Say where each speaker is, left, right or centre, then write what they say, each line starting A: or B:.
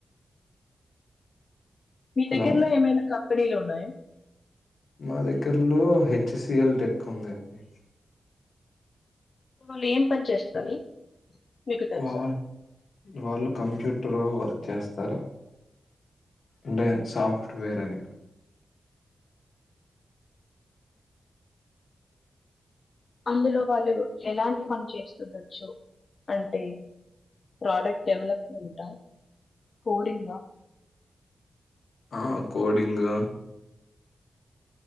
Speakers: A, on the left; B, on the left.
A: మీ
B: హలో
A: దగ్గరలో ఏమైనా కా డిలు ఉన్నాయి
B: మా దగ్గరలో హెచ్సిఎల్ టెక్ ఉంది అండి
A: వాళ్ళు ఏం పని చేస్తారు మీకు తెలుసా
B: వా వాళ్ళు కంప్యూటర్లో వర్క్ చేస్తారు అంటే సాఫ్ట్వేర్ అని
A: అందులో వాళ్ళు ఎలాంటి పని చేస్తుండొచ్చు అంటే ప్రోడక్ట్ డెవలప్మెంటా కోడింగ్ ఆ
B: ఆ కోడింగ్